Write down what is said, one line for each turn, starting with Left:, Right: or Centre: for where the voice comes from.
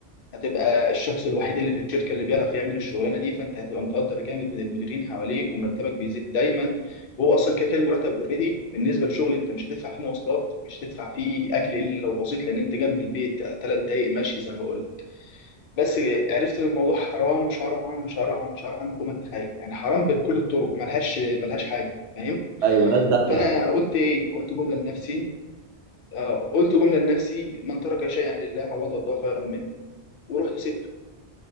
Left: هتبقى الشخص الوحيد اللي في الشركه اللي بيعرف يعمل الشغلانه دي فانت هتبقى متقدر جامد من المديرين حواليك ومرتبك بيزيد دايما وهو اصلا كده كده المرتب اوريدي بالنسبه للشغل انت مش هتدفع فيه مواصلات مش هتدفع فيه اكل الا لو بسيط لان انت جنب البيت ثلاث دقائق ماشي زي ما بقول لك بس عرفت ان الموضوع حرام شرعا شرعا شرعا فوق ما تتخيل يعني حرام بكل الطرق ملهاش ملهاش حاجه فاهم
Right: ايوه ناس داخله
Left: فانا
Right: يعني
Left: قلت ايه قلت جمله لنفسي آه، قلت جمله لنفسي من ترك شيئا لله عوض الله خيرا منه ورحت سبته